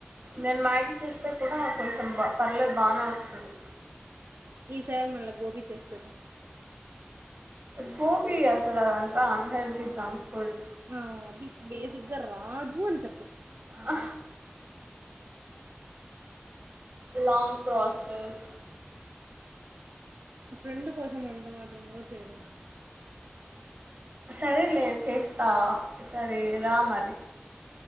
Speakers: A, on the right; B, on the right.
A: నేను మ్యాగీ చేస్తే కూడా కొంచెం బ పర్లేదు బానే వస్తది
B: ఈసారి మళ్ళా గోబీ చేసి పెట్టు
A: గోబి అసలు ఆది అంత ఆన్ హెల్తీ జంక్ ఫుడ్
B: ఆ అది, బేసిగ్గా రాదు అని చెప్పు.
A: ఆ లాంగ్ ప్ర్రాసెస్.
B: ఫ్రెండ్ కోసం అంత మాత్రం కూడ చ్ చేయలేద?
A: సరేలే చేస్తవా? సరే రా మరి.